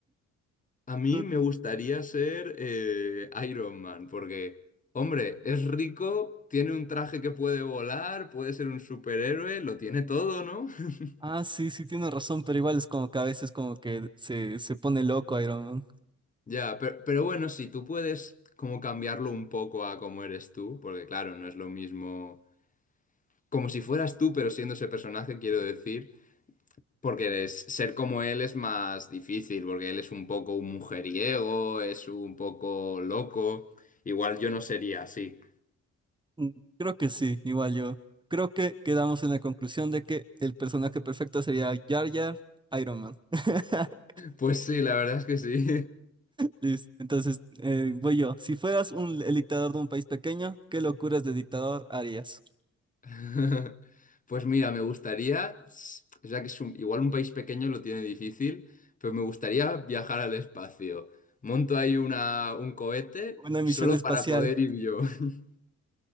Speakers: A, on the left (about 25°); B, on the right (about 15°).
A: A mí
B: tú-
A: me gustaría ser eh, Iron Man, porque, hombre, es rico, tiene un traje que puede volar, puede ser un superhéroe, lo tiene todo, ¿no? <laughs>
B: Ah, sí, sí, tiene razón, pero igual es como que a veces como que se, se pone loco Iron Man.
A: Ya, pero, pero bueno, si tú puedes como cambiarlo un poco a cómo eres tú, porque claro, no es lo mismo como si fueras tú, pero siendo ese personaje, quiero decir, porque es- ser como él es más difícil, porque él es un poco un mujeriego, es un poco loco, igual yo no sería así.
B: Mm, Creo que sí, igual yo. Creo que quedamos en la conclusión de que el personaje perfecto sería Yar Yar Iron Man. <laughs>
A: Pues sí, la verdad es que sí.
B: Listo. Entonces, eh, voy yo. Si fueras un, el dictador de un país pequeño, ¿qué locuras de dictador harías?
A: <laughs> Pues mira, me gustaría, s- o sea que es un- igual un país pequeño lo tiene difícil, pero me gustaría viajar al espacio. Monto ahí una, un cohete
B: Una misión
A: solo
B: espacial.
A: para poder ir yo. <laughs>